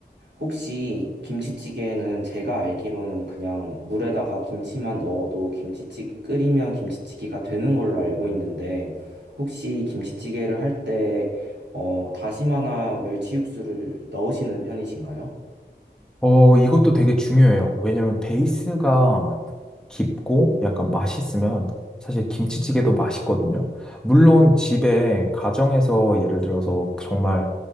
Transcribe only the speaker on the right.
혹시 김치찌개는 제가 알기로는 그냥 물에다가 김치만 넣어도 김치찌, 끓이면 김치찌개가 되는 걸로 알고 있는데, 혹시 김치찌개를 할 때, 어, 다시마나 멸치 육수를 넣으시는 편이신가요?